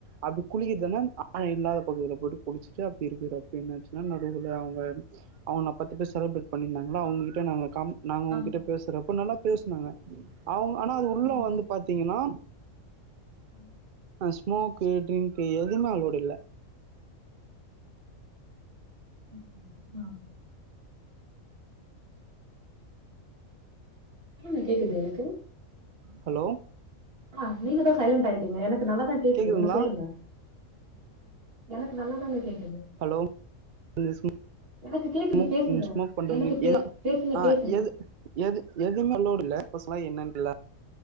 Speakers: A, on the right; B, on the right.
A: அப்டி குளிக்கறதன்னா ஆழோ இல்லாத பகுதில போட்டு குளிச்சிட்டு அப்டி இருக்கிறப்போ என்னாச்சுன்னா நடுவுல அவுங்க அவுங்க பத்து பேர் செலிப்ரேட் பண்ணிருந்தாங்கள்ள அவுங்ககிட்ட நா கா நாங்க அவுங்ககிட்ட
B: ஆமா
A: பேசறப்போ நல்லா பேசுனாங்க அவுங்க ஆனா அது உள்ள
B: ம்
A: வந்து பாத்தீங்கனா
B: ஆ
A: அ ஸ்மோக்கு ட்ரிங்கு எதுமே அலோடு இல்ல
B: ஓகே ஆ <unintelligible> கேக்குது எனக்கு
A: ஹலோ
B: ஆ நீங்க தா சைலண்டட் ஆயிட்டீங்க எனக் கு நல்லாதா கேக்குது
A: கேக்குதுங்களா
B: நீங்க சொல்லுங்க எனக்கு நல்லாதாங்க கேக்
A: ஹலோ <inaudible> ஸ்மோக்
B: எனக்கு கேக்குது பேசுங்க
A: ம் ஸ்மோக் பண்ற
B: எனக்கு
A: மே
B: பே
A: எடோ
B: பேசுங்க
A: ம்
B: பேசுங்க
A: எது எது எதுமே லோடு இல்ல <unintelligible> என்னன் இல்ல